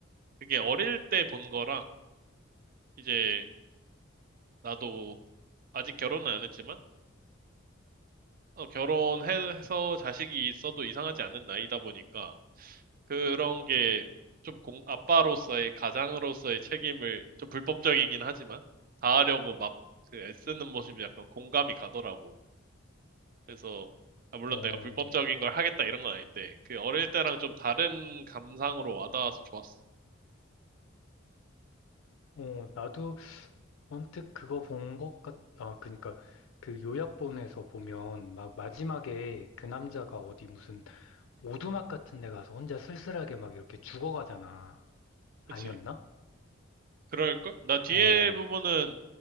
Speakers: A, on the right; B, on the left.
A: 그게 어릴 때 본 거랑, 이제 나도 아직 결혼은 안 했지만, 어, 결혼해서 자식이 있어도 이상하지 않는 나이다 보니까, 그런 게 좀 공, 아빠로서의, 가장으로서의 책임을 좀 불법적이긴 하지만, 다하려고 막 그 애쓰는 모습이 약간 공감이 가더라고. 그래서 아, 물론
B: 어,
A: 내가 불법적인 걸 하겠다 이런 건 아닌데 그 어릴 때랑 좀 다른 감상으로 와닿아서 좋았어.
B: 어, 나도 언뜻 그거 본 것 같, 아, 그니까 그 요약본에서 보면 막 마지막에 그 남자가 어디 무슨 오두막 같은 데 가서 혼자 쓸쓸하게 막 이렇게 죽어가잖아. 아니었나?
A: 그치? 그럴걸? 나 뒤에
B: 어,
A: 부분은